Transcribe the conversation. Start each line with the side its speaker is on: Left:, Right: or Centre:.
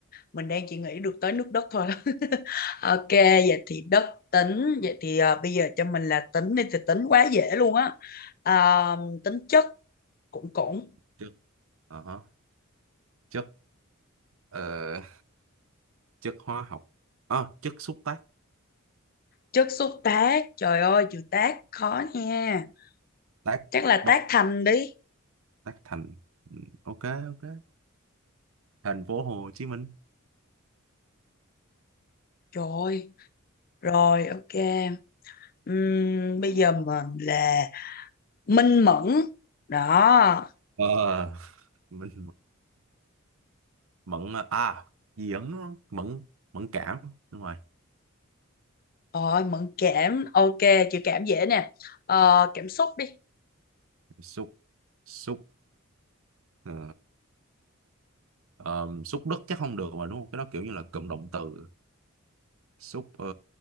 Left: mình đang chỉ nghĩ được tới nước đất thôi <laughs> ok vậy thì đất tính vậy thì à, bây giờ cho mình là tính đi thì tính quá dễ luôn á à, tính chất cũng cũng
Right: Chất. Ờ hả. Chất ờ, chất hóa học. Ờ, chất xúc tác.
Left: chất xúc tác trời ơi chữ tác khó nha
Right: Tác
Left: chắc là
Right: Bắc
Left: tác thành đi
Right: Tác Thành. Ừ, Ok, ok. Thành phố Hồ Chí Minh.
Left: trời ơi, rồi ok Ừm, bây giờ mình là minh mẫn đó
Right: Ờ, <laughs> mình mẫn mẫn- à gì ẩn đúng không? mẫn mẫn cảm đúng rồi
Left: rồi mẫn cảm ok chữ cảm dễ nè Ờ, cảm xúc đi
Right: xúc xúc ờ, ờm, xúc đất chắc không được mà đúng không cái đó kiểu như là cụm động từ xúc ờ,